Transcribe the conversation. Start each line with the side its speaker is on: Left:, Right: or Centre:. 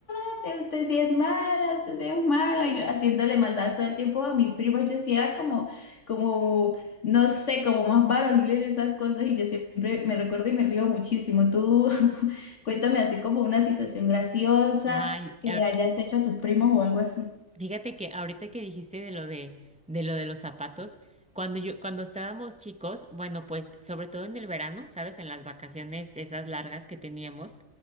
Left: es chocolate, usted sí es mala, usted sí es mala. Y yo haciéndole maldad todo el tiempo a mis primos, yo sí era como, como, no sé, como más varonil en esas cosas y yo siempre me recuerdo y me río muchísimo. Tú <laughs> cuéntame así como una situación graciosa
Centre: Ay,
Left: que
Centre: a-
Left: le hayas hecho a tus primos o algo así.
Centre: Fíjate que ahorita que dijiste de lo de, de lo de los zapatos, cuando yo, cuando estábamos chicos, bueno, pues sobre todo en el verano, ¿sabes? En las vacaciones esas largas que teníamos,